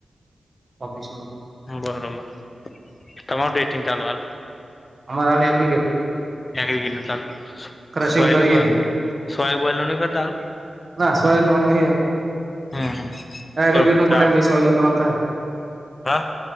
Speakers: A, on the right (about 35°); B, on the left (about 30°).
A: ઓફિસનું
B: એવું બરોબર તમાર ડેટિંગ ચાલો હાલ
A: અમારા એગ્રીગેટ <unintelligible>
B: <unintelligible>
A: ક્રશિંગ કરીએ
B: નહી કરતા
A: ના <unintelligible> નું હાલ
B: હમ હમ બરોબર
A: નહીટ ન
B: ચાલ
A: નું થાય
B: હા